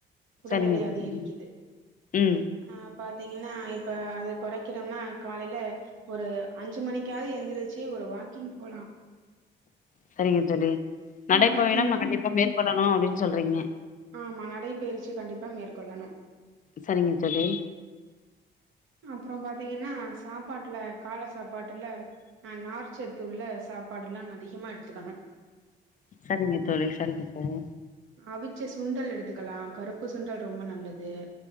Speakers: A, on the right (about 80°); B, on the left (about 40°).
A: உடல்
B: சரிங்க
A: எடை
B: தோழி
A: அதிகரிக்குது
B: ம்
A: ஆஹ் பாத்தீங்கன்னா இப்போ அது குறைக்குறோம்னா காலையில ஒரு அஞ்சு மணிக்காவது எழுந்திரிச்சு ஒரு வாக்கிங் போலாம்
B: செரிங்கதோழி நடைபயணம்
A: ம் வாக்கிங்
B: நான்
A: போ
B: கண்டிப்பா மேற்கொள்ளணும் அப்டின்னு சொல்றீங்க
A: ஆமா நடைபயிற்சி கண்டிப்பா மேற்கொள்ளணும்
B: செரிங்க தோழி
A: அப்புறம் பாத்தீங்கன்னா சாப்பாட்டுல கால சாப்பாட்டுல அஹ் நார்ச்சத்துள்ள சாப்பாடு எல்லாம் அதிகமா எடுத்துக்கணும்
B: சரிங்க தோழி சரிங்க தோழி
A: அவிச்ச சுண்டல் எடுத்துக்கலாம் கருப்பு சுண்டல் ரொம்ப நல்லது